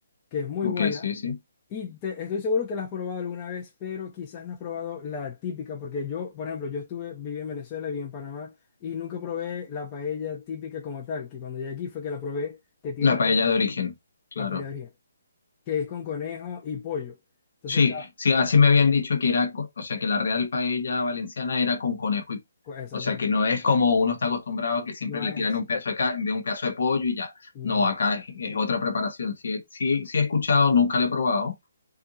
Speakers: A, on the left; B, on the left.
A: que es muy
B: Ok,
A: buena.
B: sí, sí.
A: Y te- estoy seguro que la has probado alguna vez, pero quizás no has probado la típica, porque yo, por ejemplo, yo estuve, viví en Venezuela, viví en Panamá, y nunca probé la paella típica como tal, que cuando llegué aquí fue que la probé, que tiene
B: La paella
A: conejo,
B: de origen, claro.
A: la paella que es con conejo y pollo. Entonces
B: Sí,
A: está,
B: sí, así me habían dicho que era, co- o sea, que la real paella valenciana era con conejo y,
A: co- exactamente,
B: o sea, que no es como uno está acostumbrado a que siempre
A: no
B: le
A: es,
B: tiran un pedazo de, ca- de un pedazo de pollo y ya.
A: no.
B: No, acá es, es otra preparación. Sí, sí, sí he escuchado, nunca la he probado,